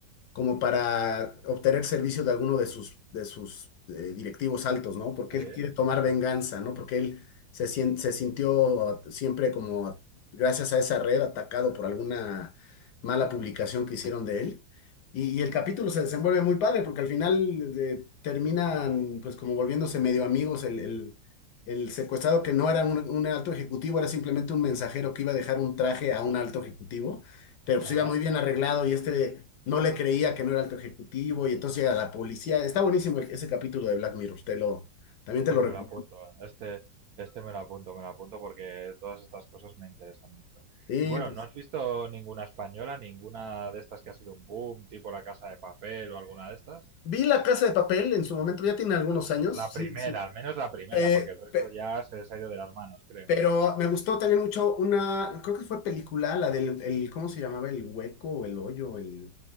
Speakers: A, on the left; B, on the right.
A: como para obtener servicio de alguno de sus, de sus eh, directivos altos, ¿no? Porque
B: sí,
A: él quiere tomar
B: sí, sí.
A: venganza, ¿no? Porque él se, sien- se sintió siempre como, gracias a esa red, atacado por alguna mala publicación que hicieron de él. Y, y el capítulo se desenvuelve muy padre, porque al final eh, terminan, pues, como volviéndose medio amigos. El, el, el secuestrado, que no era un, un alto ejecutivo, era simplemente un mensajero que iba a dejar un traje a un alto ejecutivo pero pues
B: Ajá.
A: iba muy bien arreglado y este no le creía que no era alto ejecutivo y entonces llega la policía. Está buenísimo el- ese capítulo de Black Mirror, te lo, también te
B: Pues
A: lo recomiendo.
B: me lo apunto. Este, este me lo apunto, me lo apunto porque todas estas cosas me interesan mucho.
A: Sí,
B: Y bueno,
A: pues.
B: ¿no has visto ninguna española, ninguna de estas que ha sido un boom, tipo La Casa de Papel o alguna de estas?
A: Vi La Casa de Papel en su momento, ya tiene algunos años,
B: La primera,
A: sí, sí.
B: al menos la primera,
A: Eh,
B: porque el resto
A: pe-
B: ya se les ha ido de las manos, creo.
A: pero me gustó también mucho una, creo que fue película, la del, el, ¿cómo se llamaba? El hueco o el hoyo, el...